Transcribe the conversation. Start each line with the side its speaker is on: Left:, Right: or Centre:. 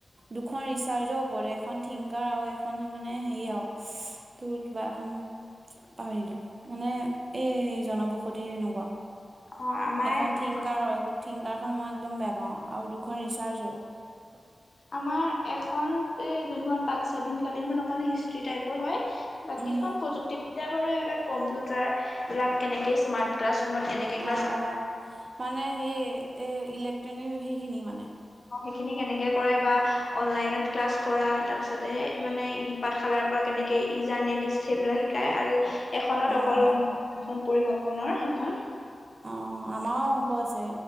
Right: দুখন ৰিচাৰ্জৰ ওপৰত এখন থিংকাৰ আৰু এখন মানে হেৰি আও তোৰ কিবা এখন পাহৰিলো মানে এই সেই জনবসতি সেনকুৱা।
Left: অ আমাৰ
Right: এখন থিংকাৰ হয় গুড থিংকাৰখন মই একদম বেয়া পাওঁ আউ দুখন ৰিচাৰ্জ হয়।
Left: আমাৰ এখন এই যোনখন পাক স্বাধীন কালীনখন এখন হিষ্ট্ৰি টাইপৰ হয়। বাকীখন
Right: উম
Left: প্ৰযুক্তিবিদ্যা বাৰু এইবিলাক কম্পিউটাৰ এইবিলাক কেনেকে স্মাৰ্ট ক্লাছ ৰুমত কেনেকে ক্লাছ
Right: অ অ মানে সেই এ ইলেক্ট্ৰনিক সেইখিনি মানে?
Left: সেইখিনি কেনেকে কৰে বা অনলাইনত ক্লাছ কৰা তাৰপিছতে মানে ই পাঠশালাৰ পৰা কেন এনেকে ই জানেলিষ্ট সেইবিলাক শিকায় আৰু এখনত
Right: অ'।
Left: অকল অংকন পৰিমাপনৰ সেইখন।
Right: অ আমাও অংক আছে